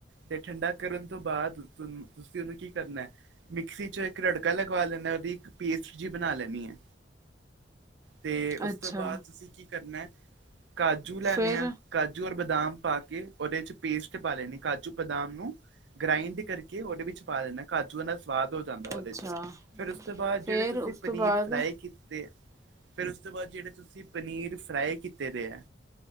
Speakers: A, on the right; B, on the right.
A: ਤੇ ਠੰਡਾ ਕਰਨ ਤੋਂ ਬਾਦ ਤੁ ਤੁਸੀਂ ਓਨੂੰ ਕੀ ਕਰਨਾ ਐ? ਮਿਕਸੀ ਚੋਂ ਇੱਕ ਰੜਕਾ ਲਗਵਾ ਲੈਂਨਾ, ਓਦੀ ਇੱਕ ਪੇਸਟ ਜੀ ਬਨਾਂ ਲੈਨੀ ਐ। ਤੇ ਉਸ
B: ਅੱਛਾ
A: ਤੋਂ ਬਾਦ ਤੁਸੀਂ ਕੀ ਕਰਨਾ ਐ? ਕਾਜੂ ਲੈਨੇ
B: ਫੇਰ
A: ਐ ਕਾਜੂ ਔਰ ਬਦਾਮ ਪਾ ਕੇ ਓਦੇ 'ਚ ਪੇਸਟ ਪਾ ਲੈਨੀ ਕਾਜੂ ਬਦਾਮ ਨੂੰ ਗ੍ਰਾਇੰਡ ਕਰਕੇ ਕਦੇ ਵਿੱਚ ਪਾ ਦੇਨਾ, ਕਾਜੂਆਂ ਦਾ ਸਵਾਦ ਹੋ ਜਾਂਦਾ ਓਦੇ
B: ਅੱਛਾ
A: 'ਚ ਫੇਰ ਉਸ ਤੋਂ ਬਾਦ
B: ਫੇਰ
A: ਜੇੜੇ ਤੁਸੀਂ
B: ਉਸ
A: ਪਨੀਰ
B: ਤੋਂ ਬਾਅਦ
A: ਫਰਾਈ ਕੀਤੇ। ਫਿਰ ਉਸ ਤੋਂ ਬਾਦ ਜੇੜੇ ਤੁਸੀਂ ਪਨੀਰ ਫਰਾਈ ਕੀਤੇ ਦੇ ਐ